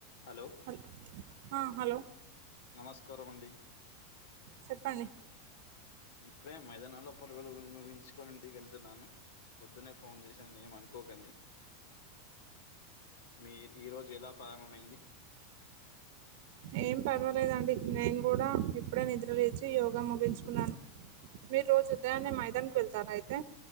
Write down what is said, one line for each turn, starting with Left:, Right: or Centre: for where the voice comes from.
Left: హలో
Right: హల్ ఆ హలో
Left: నమస్కారం అండి
Right: చెప్పండి
Left: ఇప్పుడే మైదానాల్లో పరుగులు ముగించుకోనింటికి వెళ్తున్నాను పొద్దున్నే ఫోన్ చేశాను అన్ని ఏం అనుకోకండి మీ ఈరోజు ఎలా ప్రారంభమైంది
Right: ఏం పర్వాలేదండి నేను కూడా ఇప్పుడే నిద్ర లేచి యోగా ముగించుకున్నాను మీరు రోజు ఉదయాన్నే మైదానికి వెళ్తారా అయితే